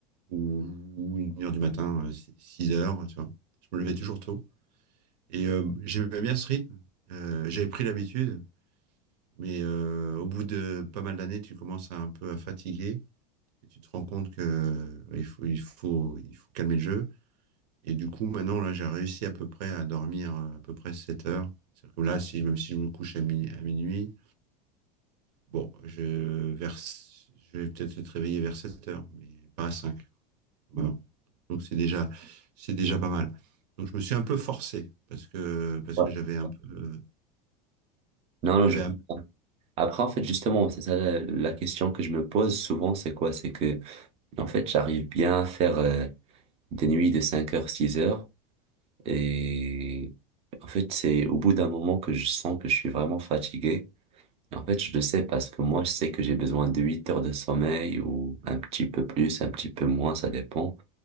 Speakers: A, on the right; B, on the right.
A: ou, ou une heure du matin, euh, six 6 heures, tu vois. Je me levais toujours tôt. Et euh, j'aimais bien ce rythme. Euh, j'avais pris l'habitude, mais euh, au bout de pas mal d'années, tu commences à, un peu à fatiguer. Et tu te rends compte que euh, il faut, il faut, il faut calmer le jeu. Et du coup, maintenant, là, j'ai réussi à peu près à dormir euh, à peu près 7 heures. C'est-à-dire que là, si, même si je me couche à, mi- à minuit, bon, je, vers, je vais peut-être être réveillé vers 7 heures, mais pas à cinq Voilà.
B: Mhm.
A: Donc, c'est déjà, c'est déjà pas mal. Donc, je me suis un peu forcé parce que, parce
B: Ouais.
A: que j'avais un peu,
B: Non,
A: j'avais
B: non, je comprends.
A: un-
B: Après, en fait, justement, c'est ça la, la question que je me pose souvent, c'est quoi? C'est que, en fait, j'arrive bien à faire euh, des nuits de 5 heures, 6 heures, et en fait, c'est au bout d'un moment que je sens que je suis vraiment fatigué. Et en fait, je le sais parce que moi, je sais que j'ai besoin de 8 heures de sommeil ou un petit peu plus, un petit peu moins, ça dépend.